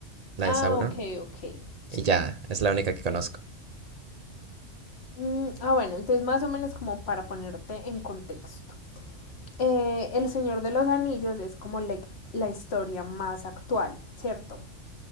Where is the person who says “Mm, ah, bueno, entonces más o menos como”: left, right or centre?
Left